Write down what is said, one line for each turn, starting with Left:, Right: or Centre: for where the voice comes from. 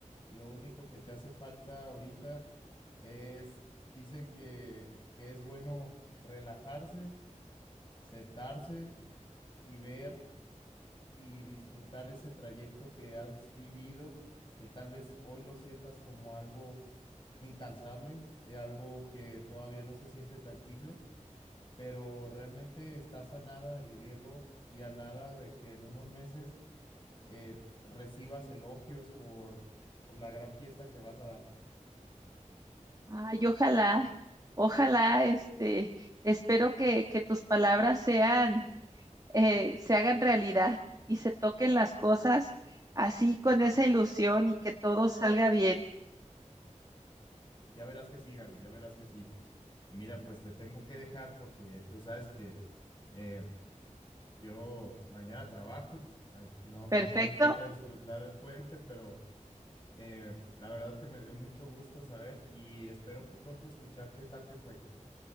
Left: lo único que te hace falta ahorita es, dicen que, que es bueno relajarse, sentarse y ver y disfrutar ese trayecto que has vivido, que tal vez hoy lo sientas como algo incansable, eh, algo que todavía no se siente tangible, pero realmente estás a nada de vivirlo y a nada de que en unos meses eh, recibas elogios por, por la gran fiesta que vas a dar.
Right: Ay, ojalá, ojalá, este, espero que, que tus palabras sean, eh, se hagan realidad y se toquen las cosas así con esa ilusión y que todo salga bien.
Left: Ya verás que sí, Gaby, ya verás que sí. Y mira, pues te tengo que dejar porque tú sabes que eh, yo mañana trabajo. Ay, no,
Right: Perfecto.
Left: no me toca disfrutar el puente, pero Eh, la verdad que me dio mucho gusto saber y espero pronto escuchar qué tal te fue.